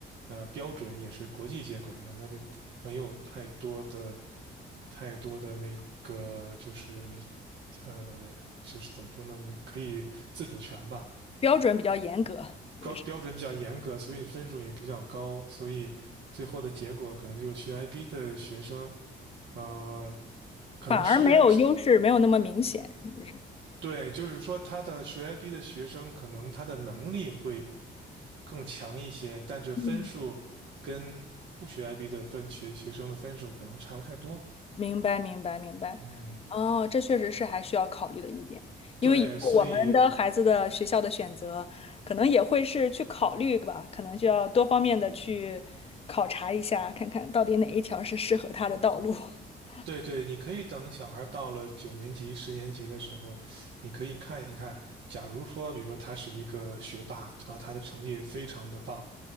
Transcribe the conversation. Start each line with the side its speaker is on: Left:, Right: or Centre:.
Right: 呃标准也是国际接轨的，那就没有太多的太多的那个就是呃就是怎么说呢？你可以自主权吧，
Left: 标准比较严格，
Right: 高标准比较严格，
Left: 就是
Right: 所以分数也比较高，所以最后的结果可能就是学 IB 的学生，呃，可能生源。
Left: 反而没有优势，没有那么明显，是不是？
Right: 对，就是说他的学 IB 的学生，可能他的能力会更强一些，但是分数跟不学
Left: 嗯。
Right: IB 的分学学生的分数可能差不太多。
Left: 明白，明白，明白。
Right: 嗯，
Left: 哦，这确实是还需要考虑的一点，因为以后我们的孩子的学校的选择，
Right: 对，所以
Left: 可能也会是去考虑吧，可能就要多方面的去考察一下，看看到底哪一条是适合他的道路。<laughs>
Right: 对对，你可以等小孩到了九年级、十年级的时候，你可以看一看，假如说，比如说他是一个学霸，他他的成绩非常的棒，